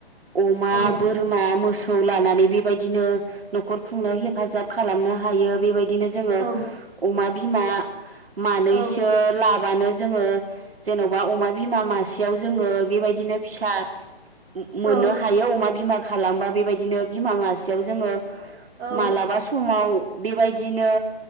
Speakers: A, on the right (about 65°); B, on the right (about 15°).
A: अमा,
B: औ
A: बोर मा मोसौ लानानै बेबाय दिनो न'खर खुंनो हेफा जाब खालामनो हायो बेबायदिनो जोङो
B: औ
A: अमा बिमा मानैसो
B: औ
A: ला बानो जोङो जेन'बा अमा बिमा मासेयाव जोङो बेबायदिनो फिसा मो-मोननो
B: औ
A: हायो अमा बिमा खालामबा बेबायदिनो बिमा मासेयाव जोङो
B: औ
A: मालाबा समाव बेबायदिनो